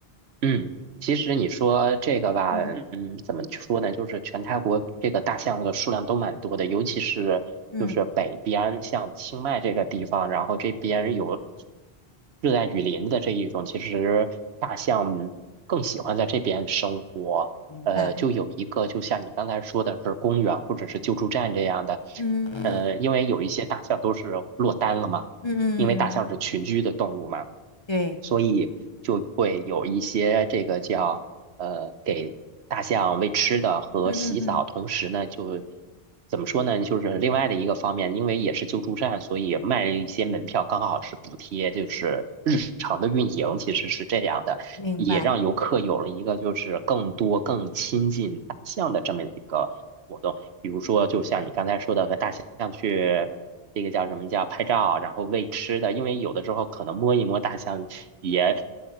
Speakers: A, on the right; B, on the left.
A: 嗯，其实你说这个吧，
B: 嗯
A: 嗯，怎么说呢？就是全泰国这个大象的数量都蛮多的，尤其是就是北边，
B: 嗯，
A: 像清迈这个地方，然后这边有热带雨林的这一种，其实大象更喜欢在这边生活。
B: 明白。
A: 呃，就有一个，就像你刚才说的是公园或者是救助站这样的，
B: 嗯嗯
A: 呃，因为有一些大象都是落单了嘛。
B: 嗯，
A: 因为大象是群居的动物嘛，
B: 对，
A: 所以就会有一些这个叫呃给大象喂吃的和洗澡，
B: 嗯嗯嗯，
A: 同时呢就怎么说呢，就是另外的一个方面，因为也是救助站，所以卖了一些门票，刚好是补贴，就是日常的运营其实是这样的。
B: 明白，
A: 也让游客有了一个就是更多、更亲近大象的这么一个活动。比如说，就像你刚才说的，和大象去这个叫什么叫拍照，然后喂吃的，因为有的时候可能摸一摸大象也